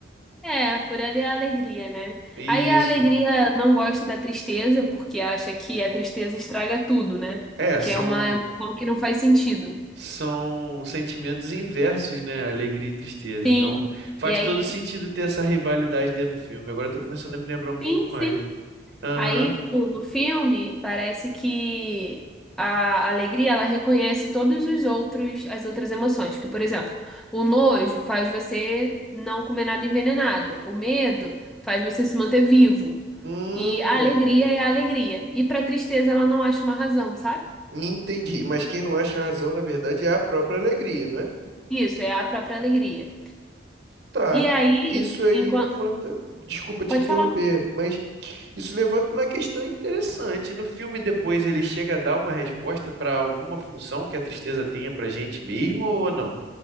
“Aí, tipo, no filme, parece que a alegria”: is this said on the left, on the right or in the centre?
Centre